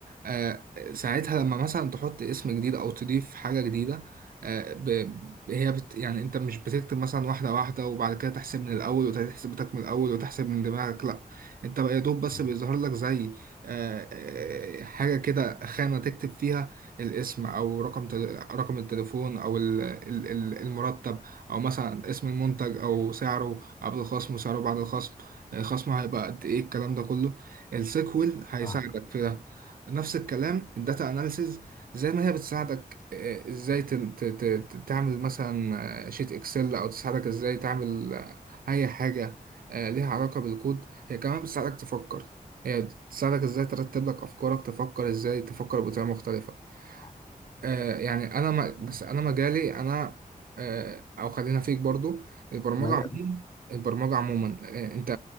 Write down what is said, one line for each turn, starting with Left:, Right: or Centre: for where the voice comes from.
Right: آه، ساعتها لما مثلا تحط اسم جديد او تضيف حاجة جديدة آه، ب- هي بت يعني انت مش بتكتب مثلا واحدة واحدة وبعد كده تحسب من الاول وتحسب بتاعك من الاول وتحسب من دماغك لا انت يا دوب بس
Left: مم.
Right: بيظهر لك زي آه، آه، حاجة كده خانة تكتب فيها الاسم او رقم تل... رقم التليفون او ال... ال- ال- المرتب او مثلا اسم المنتج او سعره قبل الخصم وسعره بعد الخصم آه، خصمه هيبقى قد ايه الكلام ده كله السيكوال هيساعدك
Left: اه
Right: في ده نفس الكلام الداتا اناليسز زي ما هي بتساعدك آه، ازاي تن- ت- ت- ت- تعمل مثلا آه، شيت اكسل او تساعدك ازاي تعمل آه، اي حاجة آه، ليها علاقة بالكود هي كمان بتساعدك تفكر هي بتساعدك ازاي ترتب لك افكارك تفكر ازاي تفكر بطريقة مختلفة
Left: اه
Right: آه، يعني انا ما بس انا مجالي انا آه، او خلينا فيك برضو البرمجه
Left: ما-
Right: عموما البرمجه عموما آه، انت